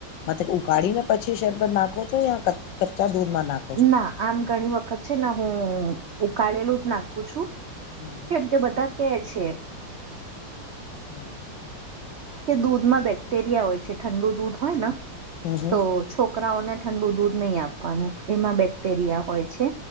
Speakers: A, on the left (about 75°); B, on the right (about 65°).
A: માથે ઉકાળી ને પછી શરબત નાખો છો યા ક કચા દુધમાં ના
B: ના આમ ઘણી વખત છેને હું ઉકાળેલું જ નાખું છું.
A: હમ હમ
B: કેમ કે બધા કે છે
A: હમ.
B: કે દૂધમાં બેક્ટેરિયા હોય છે ઠંડુ દૂધ હોય ને
A: હમ હમ
B: તો છોકરાઓને ઠંડુ દૂધ નહી આપવાનું એમાં બેક્ટેરિયા હોય છે.